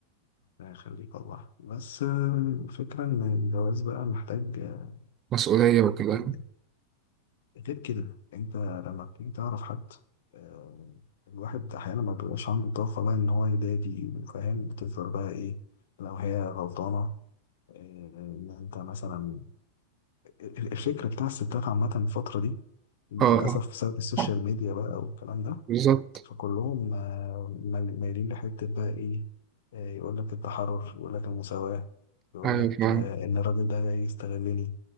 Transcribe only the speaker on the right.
مسؤولية
وكده
اه
اه
بالظبط
ايوه
فاهم